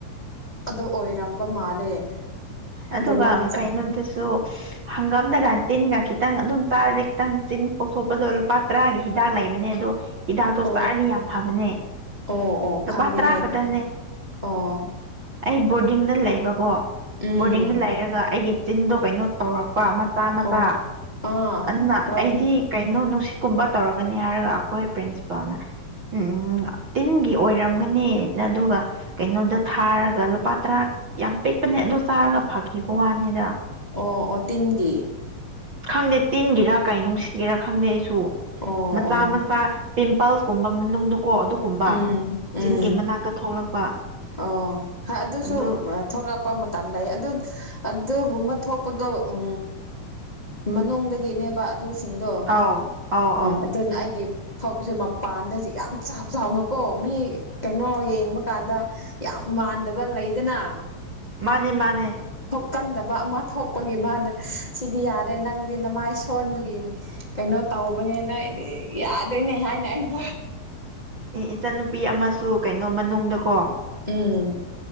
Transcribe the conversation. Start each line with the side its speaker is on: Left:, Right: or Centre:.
Left: ꯑꯗꯨ ꯑꯣꯏꯔꯝꯕ ꯃꯥꯜꯂꯦ
Right: ꯑꯗꯨꯒ
Left: ꯑꯗꯨ ꯅꯪ ꯆꯠ
Right: ꯀꯩꯅꯣꯗꯁꯨ ꯍꯪꯒꯥꯝ ꯝꯗꯒ ꯇꯤꯟꯒ ꯈꯤꯇꯪ ꯑꯗꯨꯝ ꯆꯥꯔ ꯈꯤꯇꯪ ꯇꯤꯟ ꯄꯣꯛꯊꯣꯛꯄꯗꯣ ꯂꯨꯄꯥ ꯇꯔꯥꯒꯤ ꯍꯤꯗꯥꯛ ꯂꯩꯕꯅꯦ ꯑꯗꯣ ꯍꯤꯗꯥꯛꯇꯣ
Left: ꯑꯣ
Right: ꯆꯥꯔꯗꯤ ꯌꯥꯝ ꯐꯕꯅꯦ
Left: ꯑꯣ ꯑꯣ
Right: ꯂꯨꯄꯥ
Left: ꯈꯪꯗꯦꯍꯦ
Right: ꯇꯔꯥ ꯈꯛꯇꯅꯦ
Left: ꯑꯣ
Right: ꯑꯩ ꯕꯣꯔꯗꯤꯡꯗ ꯂꯩꯕꯀꯣ
Left: ꯎꯝ
Right: ꯕꯣꯔꯗꯤꯡꯗ ꯂꯩꯔꯒ ꯑꯩꯒꯤ ꯆꯤꯟꯗꯣ ꯀꯩꯅꯣ ꯇꯧꯔꯛꯄ ꯃꯆꯥ ꯃꯆꯥ
Left: ꯑꯣ ꯑꯥ
Right: ꯑꯗꯨꯅ
Left: ꯍꯣꯏ
Right: ꯑꯩꯗꯤ ꯀꯩꯅꯣ ꯅꯨꯡꯁꯤꯠꯀꯨꯝꯕ ꯇꯧꯔꯒꯅꯤ ꯍꯥꯏꯔꯒ ꯑꯩꯈꯣꯏ ꯄ꯭ꯔꯤꯟꯁꯤꯄꯥꯜꯅ ꯎꯝ ꯇꯤꯟꯒꯤ ꯑꯣꯏꯔꯝꯒꯅꯤ ꯑꯗꯨꯒ ꯀꯩꯅꯣꯗ ꯊꯥꯔꯒ ꯂꯨꯄꯥ ꯇꯔꯥ ꯌꯥꯝ ꯄꯤꯛꯄꯅꯦ ꯑꯗꯨ ꯆꯥꯔꯒ ꯐꯈꯤꯕ ꯋꯥꯅꯤꯗ
Left: ꯑꯣ ꯑꯣ ꯇꯤꯟꯒꯤ
Right: ꯈꯪꯗꯦ ꯇꯤꯟꯒꯤꯔꯥ ꯀꯩ ꯅꯨꯡꯁꯤꯠꯒꯤꯦꯔꯥ ꯈꯪꯗꯦ ꯑꯩꯁꯨ
Left: ꯑꯣ
Right: ꯃꯆꯥ
Left: ꯑꯣ
Right: ꯃꯆꯥ ꯄꯤꯝꯄꯜꯁꯀꯨꯝꯕ ꯃꯅꯨꯡꯗꯀꯣ ꯑꯗꯨꯒꯨꯝꯕ
Left: ꯎꯝ
Right: ꯆꯤꯟꯒꯤ
Left: ꯎꯝ
Right: ꯃꯅꯥꯛꯇ ꯊꯣꯛꯂꯛꯄ
Left: ꯑꯣ ꯑꯗꯨꯁꯨ
Right: ꯑꯗꯨ
Left: ꯊꯛ ꯊꯣꯛꯄ ꯃꯇꯝ ꯂꯩ ꯑꯗꯨ ꯑꯗꯨꯒꯨꯝꯕ ꯊꯣꯛꯄꯗꯣ ꯎ ꯃꯅꯨꯡꯗꯒꯤꯅꯦꯕ ꯑꯗꯨꯁꯤꯡꯗꯣ
Right: ꯑꯧ ꯑꯧ ꯑꯧ
Left: ꯑꯗꯨꯅ ꯑꯩꯒꯤ ꯐꯧꯁꯦ ꯃꯄꯥꯟꯗꯗꯤ ꯌꯥꯝ ꯆ ꯆꯥꯎꯥꯎꯅꯨꯀꯣ ꯃꯤ ꯀꯩꯅꯣ ꯌꯦꯡꯕ ꯀꯥꯟꯗ ꯌꯥꯝ ꯃꯥꯟꯗꯕ ꯂꯩꯗꯅ
Right: ꯃꯥꯅꯦ ꯃꯥꯅꯦ
Left: ꯀꯟꯗꯕ ꯑꯃ ꯊꯣꯛꯄꯒꯤ ꯃꯥꯅ ꯁꯤꯗꯤ ꯌꯥꯔꯦ ꯅꯪꯗꯤ ꯅꯃꯥꯏ ꯁꯣꯟꯕꯒꯤ ꯀꯩꯅꯣ ꯇꯧꯕꯅꯤ ꯅ ꯑꯩꯗꯤ ꯌꯥꯗꯣꯏꯅꯦ ꯍꯥꯏꯅ ꯑꯩꯕꯨ
Right: ꯏꯆꯟꯅꯨꯄꯤ ꯑꯃꯁꯨ ꯀꯩꯅꯣ ꯃꯅꯨꯡꯗꯀꯣ
Left: ꯎꯝ